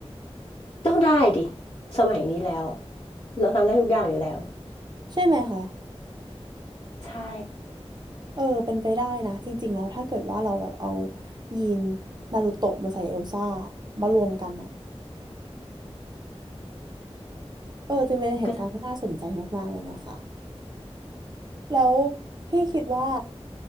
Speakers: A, on the left (about 50°); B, on the right (about 40°).
A: <laughs> ต้องได้ดิสมัยนี้แล้วเราทำได้ทุกอย่างอยู่แล้ว
B: ใช่ไหมคะ
A: ใช่
B: เออเป็นไปได้นะจริงๆแล้วถ้าเกิดว่าเราแบบเอายีนนารูโตะมาใส่เอลซ่ามารวมกันนะเออจะเป็นเหตุการณ์ที่น่าสนใจมากๆเลยนะคะ
A: ก็จะ
B: แล้วพี่คิดว่า